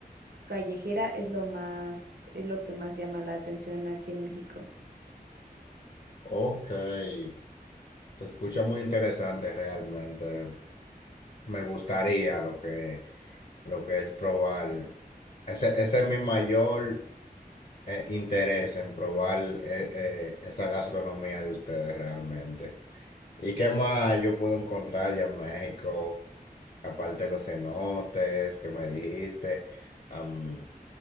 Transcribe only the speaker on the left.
Ok. Se escucha muy interesante realmente. Me gustaría lo que, lo que es probar. Ese, ese es mi mayor eh, interés en probar eh, eh, esa gastronomía de ustedes realmente. ¿Y qué más yo puedo encontrar allá en México? Aparte de los cenotes que me dijiste, am,